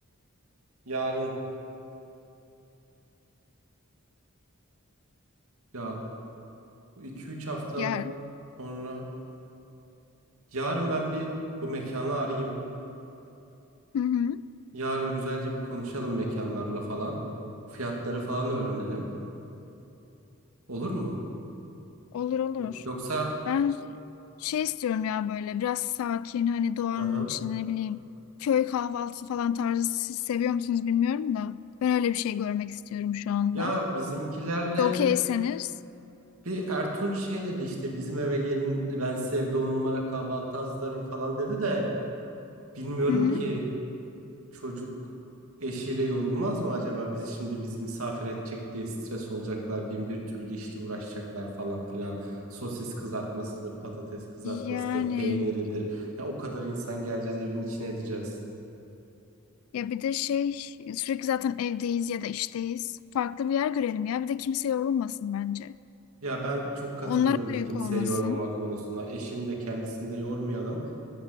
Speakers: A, on the right; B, on the left.
A: Yarın ya bu 2-3 hafta
B: Yer.
A: sonra yarın ben bir bu mekanı arayayım.
B: Hı hı.
A: Yarın güzelce bir konuşalım mekanlarla falan. Fiyatları falan öğrenelim. Olur mu?
B: Olur olur.
A: Yok Yoksa
B: Ben şey istiyorum ya böyle biraz sakin hani doğanın
A: hı hı.
B: içinde ne bileyim köy kahvaltısı falan tarzı siz seviyor musunuz bilmiyorum da ben öyle bir şey görmek istiyorum şu anda.
A: Ya bizimkilerle
B: Okeyseniz.
A: bir Ertunç şey dedi işte bizim eve gelin ben size evde on numara kahvaltı hazırlarım falan dedi de bilmiyorum
B: Hı hı.
A: ki Çocuk eşiyle yorulmaz mı acaba? Bizi şimdi bizi misafir edecek diye stres olacaklar. Bin bir türlü işle uğraşacaklar falan filan. Sosis kızartmasıdır, patates kızartmasıdır,
B: Yani
A: peyniridir. Ya o kadar insan geleceğiz, evin içine edeceğiz.
B: ya bir de şey sürekli zaten evdeyiz ya da işteyiz. Farklı bir yer görelim ya. Bir de kimse yorulmasın bence.
A: Ya ben çok katılıyorum
B: Onlara da
A: bu
B: yük
A: kimseyi
B: olmasın.
A: yormama konusuna. Eşini de kendisini de yormayalım.